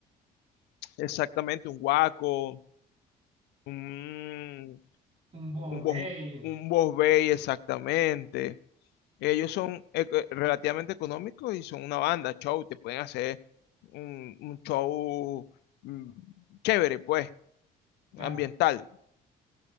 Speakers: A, on the left; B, on the right.
A: exactamente, un Guaco, un,
B: Un Bobey,
A: un Bos, un Bos Bay, exactamente. Ellos son eco- relativamente económicos y son una banda, show, te pueden hacer un, un show mm, chévere, pues,
B: claro.
A: ambiental.